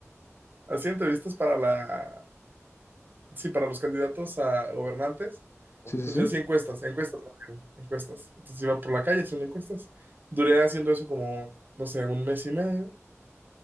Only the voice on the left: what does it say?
Sí, sí,
sí.